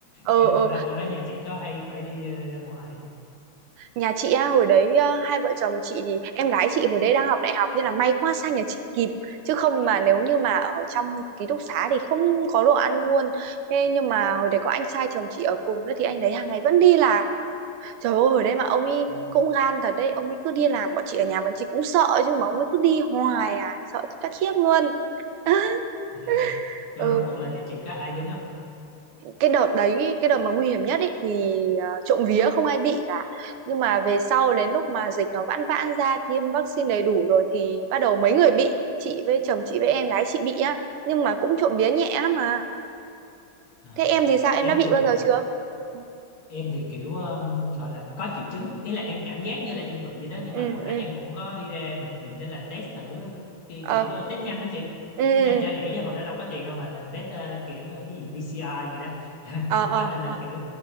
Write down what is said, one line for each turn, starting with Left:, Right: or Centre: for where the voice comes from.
Right: ừ
Left: kiểu hồi đó hồi đó nhà chị có hay phải đi ờ, ra ngoài không
Right: nhà chị á, hồi đấy ờ, hai vợ chồng chị thì em gái chị hồi đấy đang học đại học nên là may quá sang nhà chị kịp chứ không mà nếu như mà ở trong ký túc xá thì không có đồ ăn luôn thế nhưng mà hồi đấy có anh trai chồng chị ở cùng nữa thì anh đấy hàng ngày vẫn đi làm trời ơi hồi đấy mà ông ấy
Left: ừ.
Right: cũng gan thật đấy ông ấy cứ đi làm bọn chị ở nhà bọn chị cũng sợ chứ mà ông ấy cứ đi hoài à sợ chết khiếp luôn <laughs>
Left: à. rồi
Right: ừ
Left: rốt cuộc là nhà chị có ai dính không
Right: cái đợt đấy cái đợt mà nguy hiểm nhất ý, thì à, trộm vía không ai bị cả nhưng mà về sau đến lúc mà dịch nó vãn vãn ra tiêm vaccine đầy đủ rồi thì bắt đầu mấy người bị chị với chồng chị với em gái chị bị á nhưng mà cũng trộm vía nhẹ lắm mà
Left: à.
Right: thế em thì sao em
Left: em
Right: đã bị
Left: thì
Right: bao giờ chưa ừ
Left: em thì kiểu um, gọi là có triệu chứng ý là em cảm giác như là em bị vậy đó nhưng
Right: ừ
Left: mà hồi
Right: ừ.
Left: đó em cũng có đi ra bệnh viện để làm test thử kiểu,
Right: ờ
Left: kiểu ờ, test nhanh đó chị
Right: ừ ừ
Left: test nhanh trả
Right: ừ.
Left: rẻ chứ hồi đó đâu có tiền đâu mà làm test ờ, kiểu ờ, cái gì BCI gì đó <laughs>
Right: ờ
Left: đó
Right: ờ
Left: nên là
Right: ờ
Left: kiểu